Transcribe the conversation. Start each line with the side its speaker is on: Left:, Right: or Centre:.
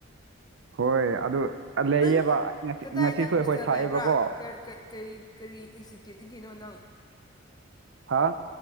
Right: ꯍꯣꯏ ꯑꯗꯨ ꯂꯩꯌꯦꯕ
Left: ꯅꯪ
Right: ꯉꯁꯤ
Left: ꯀꯗꯥꯏꯗ
Right: ꯉꯁꯤꯁꯨ
Left: ꯍꯣꯁꯇꯦꯜ
Right: ꯑꯩꯈꯣꯏ ꯊꯥꯛꯑꯦꯕꯀꯣ
Left: ꯂꯩꯕ꯭ꯔꯥ ꯀꯔꯤ ꯀꯔꯤ ꯏꯟꯁꯇꯤꯇ꯭ꯌꯨꯠꯒꯤꯅꯣ ꯅꯪ
Right: ꯍꯥꯥ